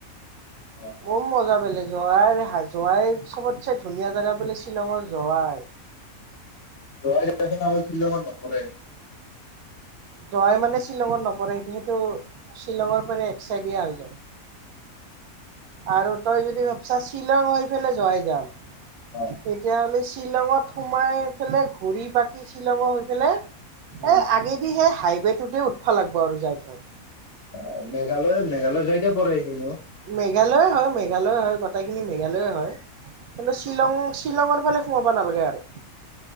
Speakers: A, on the left; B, on the right.
A: অ
B: বম, মজা বেলেগ। জোৱাইৰ এই সাজ জোৱাইৰ চবতছে ধুনীয়া জেগা বোলে, শ্বিলঙৰ জোৱাই
A: জোৱাই জেগাখন শ্বিলঙত নপৰে।
B: জোৱাই, মানে, শ্বিলঙত নপৰে। সেইটো শ্বিলঙৰ ফালে, এক চাইডে হৈ যায়। আৰু তই যদি ভাবছা, শ্বিলং হৈ পেলাই জোৱাই যাম
A: অ
B: তেতিয়াহ'লে শ্বিলঙত সোমাই এইফালে ঘূৰি-পাকি শ্বিলঙৰ হৈ পেলাই
A: উম
B: এ, আগে এই হাইৱেটোতে উঠবা লাগিব আৰু যাই থৈ
A: অ', মেঘালয়, মেঘালয় যাইতে পৰে সেইখিনিও।
B: মেঘালয়ে হয়। মেঘালয়ে হয়। গোটেইখিনি মেঘালয়ে হয়। কিন্তু শ্বিলং, শ্বিলঙৰ ফালে সোমাব নালগে আৰু